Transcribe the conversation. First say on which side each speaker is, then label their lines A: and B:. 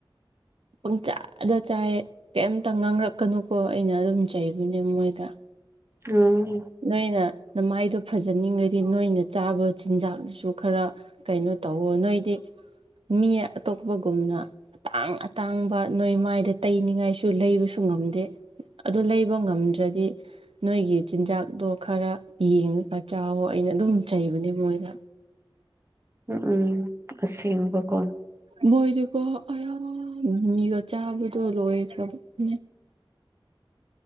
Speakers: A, on the right; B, on the right.
A: ꯄꯪꯆꯥꯥꯗ ꯆꯥꯏ ꯀꯩꯝꯇ ꯉꯥꯡꯔꯛꯀꯅꯨꯀꯣ ꯑꯩꯅ ꯑꯗꯨꯝ ꯆꯩꯕꯅꯦ ꯃꯣꯏꯗ
B: ꯎꯝ
A: ꯅꯣꯏꯅ ꯅꯃꯥꯏꯗꯣ ꯐꯖꯅꯤꯡꯉꯗꯤ ꯅꯣꯏꯅ ꯆꯥꯕ ꯆꯤꯟꯖꯥꯛꯁꯨ ꯈꯔ ꯀꯩꯅꯣ ꯇꯧꯋꯣ ꯅꯣꯏꯗꯤ ꯃꯤ ꯑꯇꯣꯞꯄꯒꯨꯝꯅ ꯑꯇꯥꯡ ꯑꯇꯥꯡꯕ ꯅꯣꯏ ꯃꯥꯏꯗ ꯇꯩꯅꯤꯡꯉꯥꯏꯁꯨ ꯂꯩꯕꯁꯨ ꯉꯝꯗꯦ ꯑꯗꯨ ꯂꯩꯕ ꯉꯝꯗ꯭ꯔꯗꯤ ꯅꯣꯏꯒꯤ ꯆꯤꯟꯖꯥꯛꯇꯣ ꯈꯔ ꯌꯦꯡꯉꯒ ꯆꯥꯋꯣ ꯑꯩꯅ ꯑꯗꯨꯝ ꯆꯩꯕꯅꯦ ꯃꯣꯏꯗ
B: ꯎꯝ ꯎꯝ ꯑꯁꯦꯡꯕꯀꯣ
A: ꯃꯣꯏꯗꯨꯀꯣ ꯑꯌꯥ ꯃꯤꯃꯤꯒ ꯆꯥꯕꯗꯣ ꯂꯣꯏꯈ꯭ꯔꯕꯅꯦ